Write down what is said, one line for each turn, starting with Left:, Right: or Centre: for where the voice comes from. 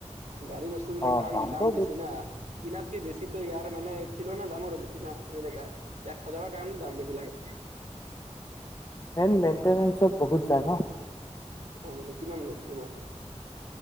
Right: গাড়ী বস্তুবিলাক
Left: অ
Right: তাম
Left: দামটো
Right: দাম বেছি না কিনাত কে বেছি তো ইয়াৰ মানে খিলনা দামৰো বেছি না এনেকা এক হাজাৰৰ কাৰণে দাম বছি লাগে না
Left: মেন মেনটেনেন্সত বহুত যায় ন
Right: ফৰমেলি কিমান গল তোমাৰ?